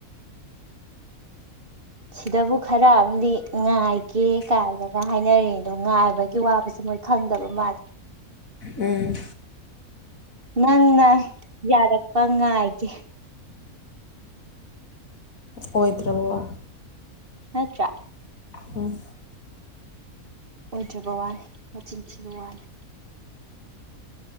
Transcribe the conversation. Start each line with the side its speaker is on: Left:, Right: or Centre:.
Right: ꯁꯤꯗꯕꯨ ꯈꯔ ꯑꯃꯗꯤ ꯉꯥꯏꯒꯦ ꯀꯥꯏꯗꯒ ꯍꯥꯏꯅꯔꯤ ꯑꯗꯣ ꯉꯥꯏꯕꯒꯤ ꯋꯥꯕꯁꯦ ꯃꯣꯏ ꯈꯪꯗꯕ ꯃꯥꯜꯂꯦ
Left: ꯎꯝ
Right: ꯅꯪꯅ ꯌꯥꯔꯛꯄ ꯉꯥꯏꯒꯦ
Left: ꯑꯣꯏꯗ꯭ꯔꯕꯕ
Right: ꯍꯠꯇ꯭ꯔ
Left: ꯎꯝ
Right: ꯎꯖꯕꯕꯥꯅꯤ ꯆꯤꯡꯆꯤꯕꯕꯥꯅꯤ